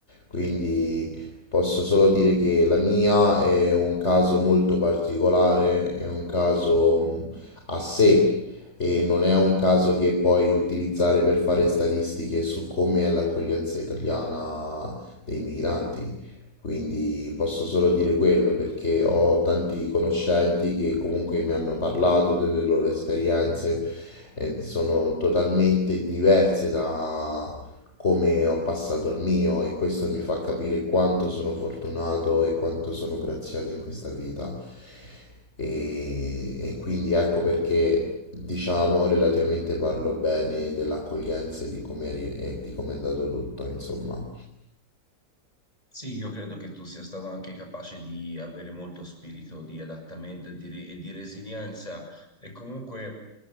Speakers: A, on the left; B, on the left.
A: Quindi posso solo dire che la mia è un caso molto particolare, è un caso mh, a sé e non è un caso che puoi utilizzare per fare statistiche su come è l'accoglienza italiana dei migranti. Quindi posso solo dire quello perché ho tanti conoscenti che comunque mi hanno parlato delle loro esperienze e sono totalmente diverse da come ho passato il mio e questo mi fa capire quanto sono fortunato e quanto sono graziato in questa vita. E, e quindi ecco perché diciamo relativamente parlo bene dell'accoglienza e di come ri- e di come è andato tutto, insomma.
B: Sì, io credo che tu sia stato anche capace di avere molto spirito di adattamento e di, re- e di resilienza e comunque